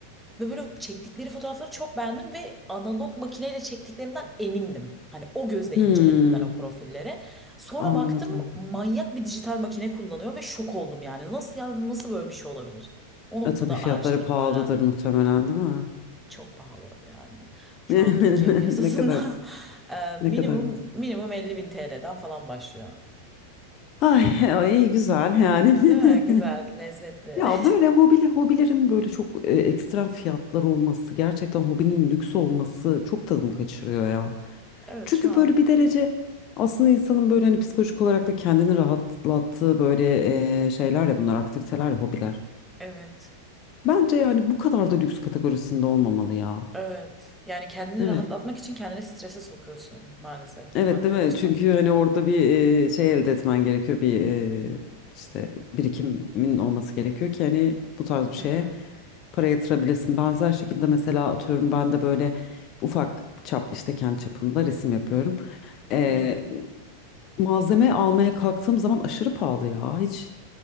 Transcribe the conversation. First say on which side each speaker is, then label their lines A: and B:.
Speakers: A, in the centre; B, on the left (about 40°).
A: Ve böyle çektikleri fotoğrafları çok beğendim ve analog makineyle çektiklerinden emindim. Hani o gözle
B: Hmm.
A: inceledim ben o profilleri. Sonra
B: Anladım.
A: baktım manyak bir dijital makine kullanıyor ve şok oldum yani. Nasıl yani nasıl böyle bir şey olabilir? O noktada
B: E tabii fiyatları
A: araştırıp
B: pahalıdır
A: öğrendim.
B: muhtemelen değil mi?
A: Çok pahalı yani. Şu
B: <laughs>
A: an Türkiye piyasasında
B: Ne kadar
A: <laughs> e, minimum
B: ne kadar mısın?
A: minimum 50 bin TL'den falan başlıyor.
B: Ay, ay, iyi güzel yani.
A: Değil
B: <laughs>
A: mi? Güzel, lezzetli.
B: Ya böyle
A: <laughs>
B: hobiler, hobilerin böyle çok e, ekstrem fiyatlar olması, gerçekten hobinin lüks olması çok tadımı kaçırıyor ya.
A: Evet
B: Çünkü
A: şu an
B: böyle bir derece aslında insanın böyle hani psikolojik olarak da kendini rahatlattığı böyle e, şeyler ya bunlar aktiviteler ya hobiler.
A: evet.
B: Bence yani bu kadar da lüks kategorisinde olmamalı ya.
A: Evet. Yani kendini
B: Evet.
A: rahatlatmak için kendini strese sokuyorsun maalesef
B: Evet
A: maddi
B: değil mi?
A: açıdan.
B: Çünkü hani orada bir e, şey elde etmen gerekiyor. Bir e, işte birikimin olması gerekiyor ki hani bu tarz bir şeye
A: Hı hı.
B: para yatırabilesin. Benzer şekilde mesela atıyorum ben de böyle ufak çap işte kendi çapımda resim yapıyorum. E,
A: Hı hı.
B: malzeme almaya kalktığım zaman aşırı pahalı ya. Hiç